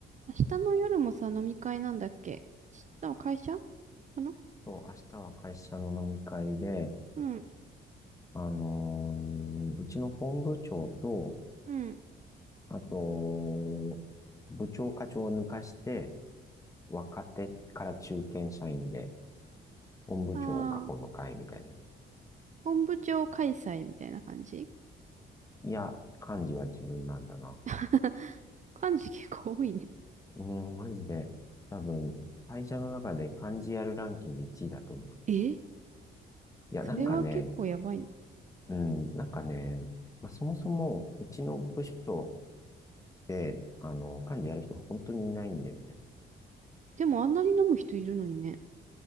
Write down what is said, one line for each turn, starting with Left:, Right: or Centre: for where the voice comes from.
Right: 明日の夜もさ、飲み会なんだっけ明日は会社かな
Left: そう、明日は会社の飲み会で、
Right: うん、
Left: あのーうちの本部長と、
Right: うん。
Left: あと、部長課長を抜かして、若手から中堅社員で、本部長を囲む会みたいなや
Right: ああ、本部長開催みたいな感じ
Left: つ。いや、幹事は自分なんだな。
Right: <laughs> 感じ結構多いね。
Left: うん、マジで、多分、会社の中で幹事やるランキング1位だと思う。
Right: え
Left: いや、
Right: それは結構やばいね。
Left: なんかね、うん、なんかね、まあ、そもそも、うちの部署で、あの、幹事やる人が本当にいないんだよね。
Right: でもあんなに飲む人いるのにね。